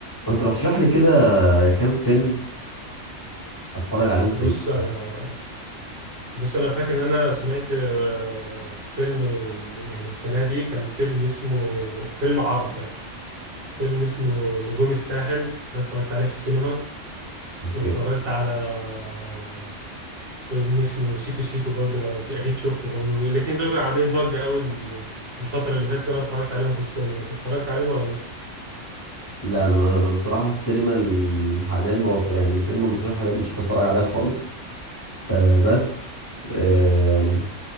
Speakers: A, on the left; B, on the right.
A: ما ترشح لي كده كام فيلم اتفرج عليهم في
B: بص
A: الويكند
B: انا بص انا فاكر ان انا سمعت آه، الفيلم ال- يعني السنه دي كان فيلم اسمه فيلم عربي يعني فيلم اسمه نجوم الساحل ده اتفرجت عليه في السينما
A: اوكي
B: واتفرجت على آه، فيلم اسمه سيكو سيكو برضه لو أكي- اكيد شفته برضه الاتنين دول كانوا عاملين ضجه قوي ال- الفتره اللي فاتت انا اتفرجت عليهم في السينما انت اتفرجت عليهم ولا لسه
A: لا انا ما انا بصراحه السينما ال- حاليا ما بف... يعني السينما المصريه حاليا مش بتفرج عليها خالص آه بس آه